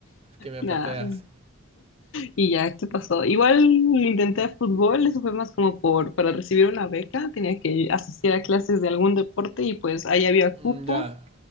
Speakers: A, on the right; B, on the left.
A: que me
B: Nada.
A: pateas.
B: Y ya, esto pasó. Igual intenté fútbol, eso fue más como por, para recibir una beca, tenía que asistir a clases de algún deporte y pues ahí había cupo.
A: Mm, ya.